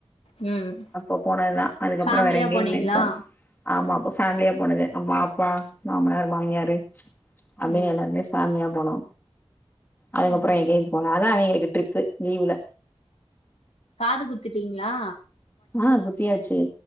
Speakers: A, on the left; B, on the left.
A: ம்
B: அப்ப போனதுதா அதுக்கப்பறோ
A: ஃபேமிலியா
B: வேற எங்கேயுமே
A: போனீங்களா
B: போல ஆமா அப்ப ஃபேமிலியா போனது அம்மா அப்பா மாமனார் மாமியாரு அப்டின்னு
A: ம்
B: எல்லாருமே ஃபேமிலியா போனோ அதுக்கப்புறோ
A: ம்
B: எங்கயு போல அதா அவிங்களுக்கு ட்ரிப்பு லீவுல
A: காது குத்துட்டிங்ளா
B: ஆ குத்தியாச்சி